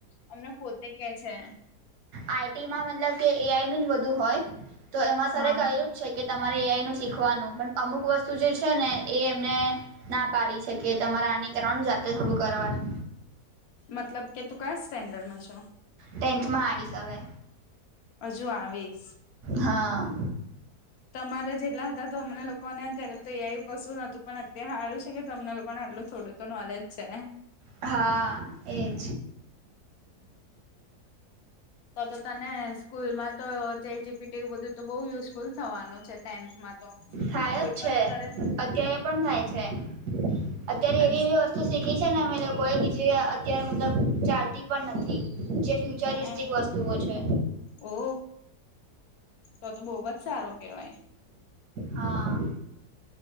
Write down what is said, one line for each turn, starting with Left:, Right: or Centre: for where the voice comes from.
Left: અમને પોતે કે છે.
Right: આઈ ટીમાં મતલબ કે એ આઈ નું જ બધું હોય તો એમાં સરે
Left: હા
Right: કયું
Left: હા
Right: છે કે તમારે એઆઈ નુ શીખવાનું પણ અમુક વસ્તુ જે છે ને એ એમને ના પાડી છે કે તમારે આની કરવાનું જાતે થોડું કરવાનું
Left: મતલબ કે તું કયા સ્ટેન્ડર્ડમાં છો?
Right: ટેન્થમાં આવીશ અવે.
Left: હજુ આવીશ.
Right: હા.
Left: તમારે જેટલા હતા તો અમને લોકોને ત્યારે તો એ એવું કશું નતું પણ અત્યારે હારું છે કે તમને લોકોને આટલું થોડું તો નોલેજ છે.
Right: હા એજ.
Left: તો તો તને સ્કૂલમાં તો ચેટ જીપીટી એવું બધું તો બઉુ યુઝફુલ થવાનું છે ટેન્થમાં તો
Right: થાય
Left: કોઈ
Right: જ
Left: પણ
Right: છે
Left: તારે
Right: અત્યારે પણ થાય છે અત્યારે
Left: અચ્છા
Right: એવી એવી તું શીખી છે ને અમે લોકોએ કે જે અત્યારે મતલબ ચાલતી પણ નથી જે ફ્યુર રિસ્ટિક
Left: હે
Right: વસ્તુઓ છે.
Left: ઓ તો ત બવજ સારું કેવાય.
Right: હા.